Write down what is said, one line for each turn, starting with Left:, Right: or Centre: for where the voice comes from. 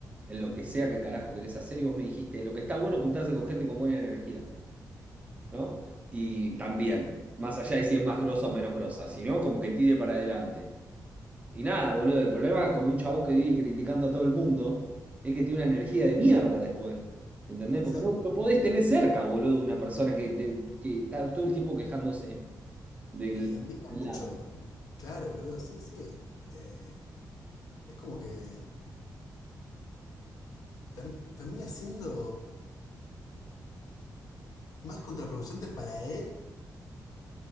Right: en lo que sea que carajo querés hacer. Y vos me dijiste, lo que está bueno es juntarse con gente con buena energía, ¿no? Y también, más allá de si es más grosa o menos grosa, sino como que tire para adelante. Y nada, boludo, el problema con un chabón que vive criticando a todo el mundo es que tiene una energía de mierda después. ¿Entendés?
Left: Exacto.
Right: Porque no lo podés tener cerca, boludo, una persona que, te- que está todo el tiempo quejándose del
Left: Y envidia
Right: al
Left: mucho,
Right: lado.
Left: en- claro, boludo, sí, sí. eh, es como que ter- termina siendo más contraproducente para él,